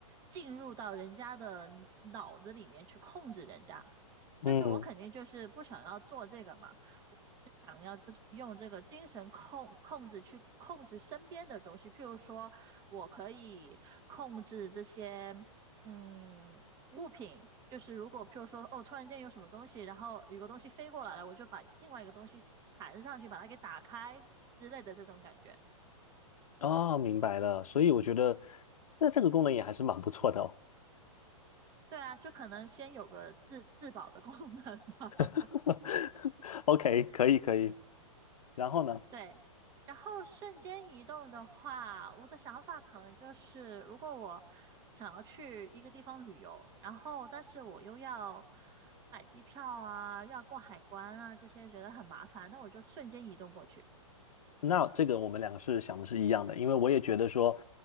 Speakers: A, on the right; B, on the left.
A: 进入到人家的脑子里面去控制人家。
B: 嗯，
A: 但是我肯定就是不想要做这个嘛，我是想要就是用这个精神控控制去控制身边的东西，譬如说，我可以控制这些嗯物品，就是如果譬如说哦突然间有什么东西，然后有个东西飞过来了，我就把另外一个东西弹上去，把它给打开之类的这种感觉。
B: 哦，明白了。所以我觉得，那这个功能也还是蛮不错的哦。
A: 对啊，就可能先有个自自保的功能吧。
B: <laughs> OK，可以可以。然后呢？
A: 对，然后瞬间移动的话，我的想法可能就是，如果我想要去一个地方旅游，然后但是我又要买机票啊，要过海关啊，这些觉得很麻烦，那我就瞬间移动过去。
B: 那这个我们两个是想的是一样的，因为我也觉得说，